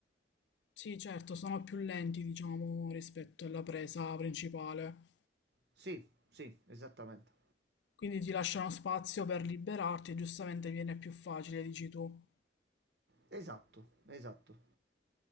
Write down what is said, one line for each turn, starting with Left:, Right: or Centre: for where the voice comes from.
Left: sì, certo, sono più lenti, diciamo, rispetto alla presa principale.
Right: Sì, sì, esattamente.
Left: Quindi ti lasciano spazio per liberarti e giustamente viene più facile, dici tu.
Right: Esatto, esatto.